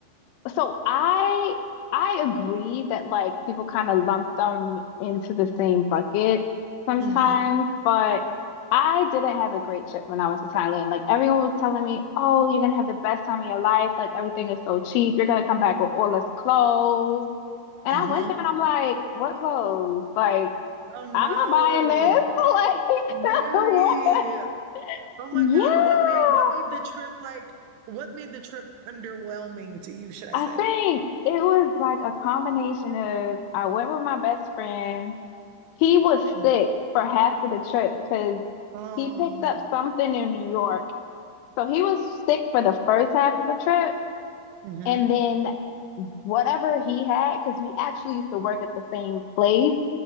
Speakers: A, on the left; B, on the right.
A: so I I agree that like people kind of lump them into the same bucket sometimes,
B: hmm
A: but I didn't have a great trip when I was to Thailand. Like everyone was telling me, "Oh, you're gonna have the best time of your life. Like everything is so cheap. You're gonna come back with all this clothes." And
B: hmm
A: I went there and I'm like, "What clothes? Like
B: Oh no.
A: I'm not buying this. <laughs> Like
B: Really?
A: <laughs> what?
B: Oh my
A: Yeah."
B: God. What made what made the trip like what made the trip underwhelming to you, should I
A: I
B: say?
A: think it was like a combination of I went with my best friend He was
B: Mm.
A: sick for half of the trip because
B: Oh.
A: he picked up something in New York. So he was sick for the first half of the trip.
B: hmm
A: And then whatever he had, because we actually used to work at the same place.